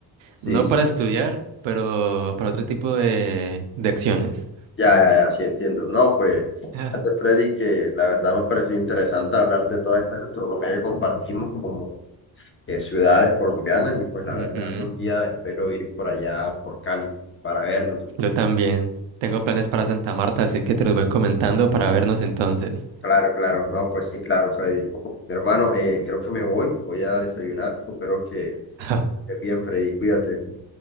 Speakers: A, on the left; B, on the right.
A: Sí,
B: No para estudiar, pero para otro tipo de, de acciones.
A: ya, ya, ya, sí entiendo. No, pues,
B: <laughs>
A: antes Freddy, que la verdad me ha parecido interesante hablar de toda esta gastronomía que compartimos como eh, ciudades colombianas y pues la
B: Ujú.
A: verdad algún día espero ir por allá, por Cali, para vernos. Bueno,
B: Yo también. Tengo planes para Santa Marta, así que te los voy comentando para vernos entonces.
A: Claro, claro, no, pues sí, claro, Freddy. Mi hermano, eh, creo que me voy, voy a desayunar, espero que
B: <laughs>
A: estés bien, Freddy, cuídate.